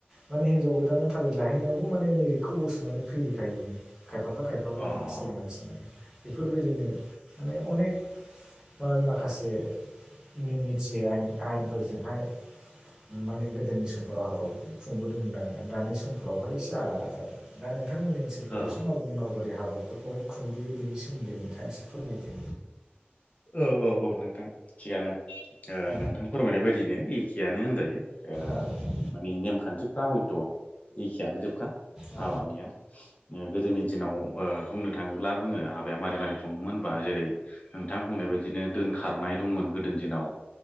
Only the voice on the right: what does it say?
माने हिनजाव गोदानाव थारिख लाहैनायावबो माने निरिकखौ बस'नानै फैबोखायोनो खायफाबा खायफाबा
आरोना सोरनाबा सोरनाबा बेफोरबायदिनो माने अनेख बा माखासे निम निथि आइन-आयेनफोरजोंहाय माने गोदोनि समफोराव हाबाफोरखौ खुंबोदोंमोन आरोना दानि समफोरावहाय एसे आलादा जागोन। दा नोंथांमोननि ओनसोल फोरावसो
माबोरै माबोरै हाबाफोरफोरखौहाय खुंबोयो बेनि सोमोन्दै नोंथाङा एसे फोरमायदो
औ
औ नोंथां
औ